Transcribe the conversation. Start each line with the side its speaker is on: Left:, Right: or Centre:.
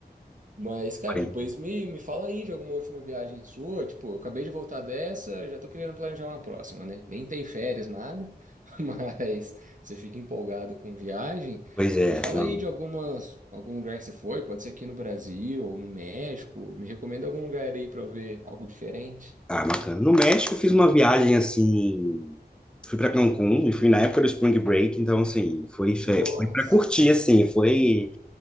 Right: Mas, cara,
Centre: <laughs>
Right: depois me, me fala aí de alguma última viagem sua. Tipo, eu acabei de voltar dessa, já tô querendo planejar uma próxima, né? Nem tem férias, nada. <laughs> Mas você fica empolgado com viagem.
Centre: Pois é,
Right: Me fala
Centre: não.
Right: aí de algumas, algum lugar que você foi. Pode ser aqui no Brasil ou no México. Me recomenda algum lugar aí pra eu ver algo diferente.
Centre: Ah, bacana. No México eu fiz uma viagem assim, fui para Cancún e fui na época do Spring Break, então assim, foi fe-
Right: Nossa,
Centre: foi para curtir assim, foi